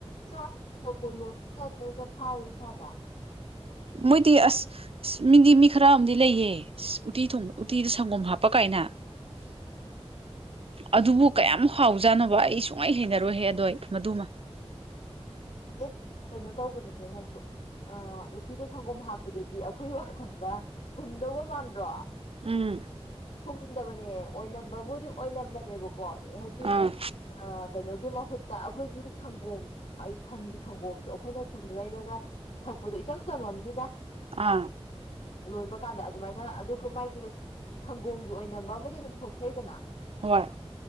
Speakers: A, on the left (about 85°); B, on the right (about 60°).
A: ꯆꯥꯛ <unintelligible> ꯐꯥꯎꯌꯦ ꯏꯁꯥꯗ
B: ꯃꯣꯏꯗꯤ ꯑꯁ ꯃꯤꯗꯤ ꯃꯤ ꯈꯔ ꯑꯃꯗꯤ ꯂꯩꯌꯦ ꯎꯇꯤ ꯊꯣꯡꯕꯗ ꯎꯇꯤꯗ ꯁꯪꯒꯣꯝ ꯍꯥꯞꯄ ꯀꯥꯏꯅ
A: ꯑꯣ
B: ꯑꯗꯨꯕꯨ ꯀꯌꯥꯝ ꯍꯥꯎꯖꯥꯅꯤꯕ ꯑꯩ ꯁꯨꯡꯍꯩ ꯍꯩꯅꯔꯣꯏꯍꯦ ꯑꯗꯣ ꯑꯩ ꯃꯗꯨꯃ
A: ꯑꯦ ꯀꯩꯅꯣ ꯇꯧꯕꯅꯤꯍꯦ ꯅꯪꯁꯨ ꯑ ꯎꯇꯤꯗ ꯁꯪꯒꯣꯝ ꯍꯥꯞꯄꯗꯨꯗꯤ ꯑꯩꯈꯣꯏ ꯋꯥꯈꯜꯗ ꯊꯨꯝꯗꯧꯕ ꯃꯥꯟꯗ꯭ꯔꯣ
B: ꯎꯝ
A: ꯊꯨꯝꯗꯕꯅꯦ ꯑꯣꯏꯅꯝꯕꯕꯨꯗꯤ ꯑꯣꯏꯅꯝꯕꯅꯦꯕꯀꯣ ꯍꯥꯏꯗꯤ
B: ꯑꯥ
A: ꯑ ꯀꯩꯅꯣꯒꯤ ꯃꯍꯨꯠꯇ ꯑꯩꯈꯣꯏꯒꯤ ꯁꯪꯒꯣꯝ ꯑꯩ ꯁꯟꯒꯤ ꯁꯪꯒꯣꯝꯗꯣ ꯑꯩꯈꯣꯏꯅ ꯁꯨꯝ ꯂꯩꯔꯒ ꯊꯛꯄꯗꯣ ꯏꯆꯝ ꯆꯝꯃꯝꯅꯤꯗ
B: ꯑꯥ
A: ꯂꯣꯟꯕ ꯀꯥꯟꯗ ꯑꯗꯨꯃꯥꯏꯅ ꯑꯗꯨꯒ ꯃꯥꯒꯤ ꯁꯪꯒꯣꯝꯒꯤ ꯑꯣꯏꯅꯝꯕ ꯑꯃꯗꯤ ꯑꯗꯨꯝ ꯊꯣꯛꯆꯩꯗꯅ
B: <inaudible>